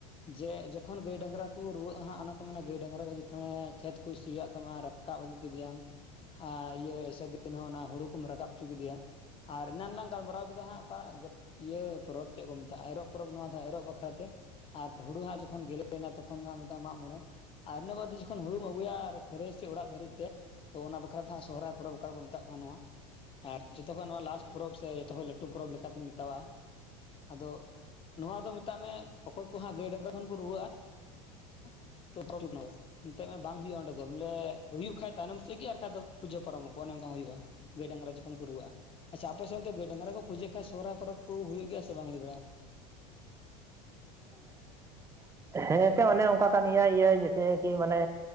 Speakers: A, on the left; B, on the right.
A: ᱡᱮ ᱡᱚᱠᱷᱚᱱ ᱜᱟᱹᱭ ᱰᱟᱝᱨᱟ ᱠᱩ ᱨᱩᱣᱟᱹᱜ-ᱟ ᱦᱟᱸᱜ ᱚᱱᱟ ᱠᱚ ᱢᱮᱱᱟ ᱜᱟᱹᱭ ᱰᱟᱝᱨᱟ ᱜᱮ ᱡᱚᱛᱚᱢ ᱮ ᱠᱷᱮᱛ ᱠᱚ ᱥᱤᱭᱟᱜ ᱛᱟᱢᱟ, ᱨᱟᱠᱟᱵ ᱟᱹᱜᱩ ᱠᱮᱫᱮᱭᱟᱢ ᱟᱨ ᱤᱭᱟᱹ ᱮᱥᱮ ᱫᱤᱱ ᱦᱚᱸ ᱚᱱᱟ ᱦᱩᱲᱩ ᱠᱚᱢ ᱨᱟᱠᱟᱵ ᱦᱚᱪᱚ ᱠᱮᱫᱮᱭᱟ᱾ ᱟᱨ ᱮᱱᱟᱱ ᱞᱟᱝ ᱜᱟᱞᱢᱟᱨᱟᱣ ᱠᱮᱫᱟ ᱦᱟᱸᱜ ᱚᱠᱟ ᱤᱭᱟᱹ ᱯᱚᱨᱚᱵᱽ ᱪᱮᱫ ᱠᱚ ᱢᱮᱛᱟᱜ-ᱟ ᱮᱨᱚᱜ ᱯᱚᱨᱚᱵᱽ ᱱᱚᱣᱟ ᱫᱚ ᱮᱨᱚᱜ ᱵᱟᱠᱷᱨᱟ ᱛᱮ, ᱦᱩᱲᱩ ᱦᱟᱸᱜ ᱡᱚᱠᱷᱚᱱ ᱜᱮᱞᱮᱱᱟ ᱛᱚᱠᱷᱚᱱ ᱫᱚ ᱦᱟᱸᱜ ᱢᱮᱛ-ᱟ ᱢᱟᱜ ᱢᱚᱬᱮ᱾ ᱟᱨ ᱤᱱᱟᱹ ᱵᱟᱫᱚ ᱡᱚᱠᱷᱚᱱ ᱦᱩᱲᱩᱢ ᱟᱹᱩᱭᱟ ᱠᱷᱟᱹᱨᱟᱹᱭ ᱥᱮ ᱚᱲᱟᱜ ᱫᱷᱟᱹᱨᱤᱡ ᱛᱮ, ᱛᱚ ᱚᱱᱟ ᱵᱟᱠᱷᱨᱟᱛᱮ ᱦᱟᱸᱜ ᱥᱚᱦᱚᱨᱟᱭ ᱯᱚᱨᱚᱵᱽ ᱚᱠᱟ ᱠᱚ ᱢᱮᱛᱟᱜ ᱠᱟᱱᱟ ᱱᱚᱣᱟ ᱟᱨ ᱡᱚᱛᱚᱠᱷᱚᱡ ᱱᱚᱣᱟ ᱞᱟᱥᱴ ᱯᱚᱨᱚᱵᱽ ᱥᱮ ᱡᱚᱛᱚᱠᱷᱚᱡ ᱞᱟᱹᱴᱩ ᱯᱚᱨᱚᱵᱽᱤᱧ ᱢᱮᱛᱟᱣᱟᱜ-ᱟ ᱟᱫᱚ ᱱᱚᱣᱟ ᱫᱚ ᱢᱮᱛᱟᱜ ᱢᱮ ᱚᱠᱚᱭ ᱠᱚ ᱦᱟᱸᱜ ᱜᱟᱹᱭ ᱰᱟᱝᱨᱟ ᱠᱷᱚᱱ ᱠᱚ ᱨᱩᱣᱟᱹᱜ-ᱟ, <unintelligible> ᱮᱱᱛᱜ ᱢᱟ ᱵᱟᱝ ᱦᱩᱭᱩᱜᱼᱟ ᱚᱸᱰᱮ ᱫᱚ ᱵᱚᱞᱮ ᱦᱩᱭᱩᱜ ᱠᱷᱟᱡ ᱛᱟᱭᱱᱚᱢ ᱥᱮᱫ ᱜᱮ ᱟᱨ ᱵᱟᱝᱠᱷᱟᱡ ᱫᱚ ᱯᱩᱡᱟᱹ ᱯᱟᱨᱚᱢ ᱟᱠᱚ ᱚᱱᱮ ᱚᱱᱠᱟ ᱦᱩᱭᱩᱜ-ᱟ᱾ ᱜᱟᱹᱭ ᱰᱟᱝᱨᱟ ᱡᱚᱠᱷᱚᱱ ᱠᱚ ᱨᱩᱣᱟᱹᱜᱼᱟ, ᱟᱪᱪᱷᱟ ᱟᱯᱮ ᱥᱮᱱ ᱫᱚ ᱜᱟᱹᱭ ᱰᱟᱝᱨᱟ ᱠᱚ ᱯᱩᱡᱟᱹᱜ ᱠᱷᱟᱱ ᱥᱚᱦᱚᱨᱟᱭ ᱯᱚᱨᱚᱵᱽ ᱠᱚ ᱦᱩᱭᱩᱜ ᱜᱮᱭᱟ ᱥᱮ ᱵᱟᱝ ᱦᱩᱭ ᱵᱟᱲᱟᱜ-ᱟ?
B: <unintelligible> ᱦᱮᱸ ᱮᱱᱛᱚ ᱚᱱᱮ ᱚᱱᱠᱟ ᱠᱟᱱ ᱜᱤᱭᱟᱹ ᱤᱭᱟᱹ ᱡᱮᱭᱥᱮ ᱠᱤ ᱢᱟᱱᱮ